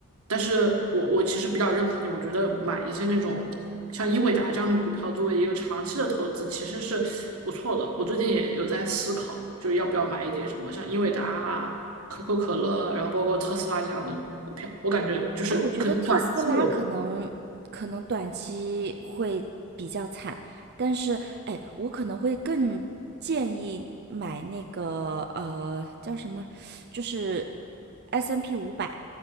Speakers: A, on the right; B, on the right.
A: 但是我我其实比较认可你，我觉得买一些那种像英伟达这样的股票作为一个长期的投资，其实是不错的。我最近也有在思考，就要不要买一点什么像英伟达啊可口可乐啊，然后包括特斯拉这样的股票，我感觉就是可能短期有。
B: 哎，我觉得特斯拉可能可能短期会比较惨，但是哎，我可能会更建议买那个呃叫什么，就是 S&P N 五百